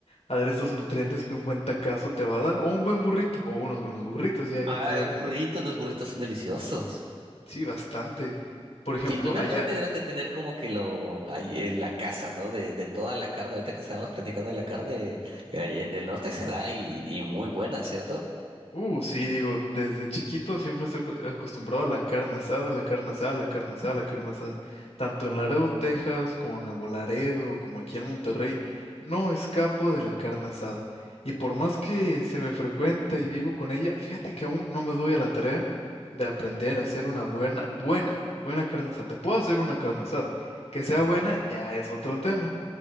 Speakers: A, on the left (about 85°); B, on the right (about 60°).
A: a dar esos nutrientes que un buen tacazo te va a dar, o un buen burrito, o unos buenos burritos, ya
B: Ah,
A: quién sabe.
B: burritos,
A: qué-
B: los burritos son deliciosos.
A: Sí, bastante. Por ejemplo,
B: Y tú en el
A: allá,
B: norte debes de tener como que lo, ahí, eh, la casa, ¿no? De, de toda la carne. Ahorita que estábamos platicando de la carne, eh, en el norte se da y, y muy buena, ¿cierto?
A: Uh, sí, digo, desde chiquito siempre estoy acu- acostumbrado a la carne asada, la carne asada, la carne asada, la carne asada. Tanto en Laredo, Texas, como en Nuevo Laredo, como aquí en Monterrey, no escapo de la carne asada. Y por más que se me frecuenta y vivo con ella, fíjate que aún no me doy a la tarea de aprender a hacer una buena, buena, buena carne asada. Te puedo hacer una carne asada. Que sea buena ya es otro tema.